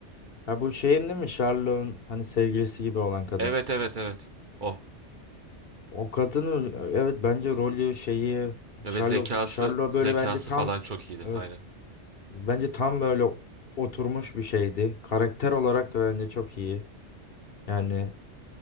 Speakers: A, on the left; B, on the right.
A: Ya bu şeyin değil mi? Charlotte'un hani sevgilisi gibi olan kadın.
B: Evet evet evet. O.
A: O kadının evet bence rolü şeyi
B: Ve
A: Charlotte
B: zekası
A: Charlotte
B: zekası
A: böyle bence tam
B: falan çok iyiydi.
A: evet
B: Aynen.
A: bence tam böyle oturmuş bir şeydi. Karakter olarak da bence çok iyi. Yani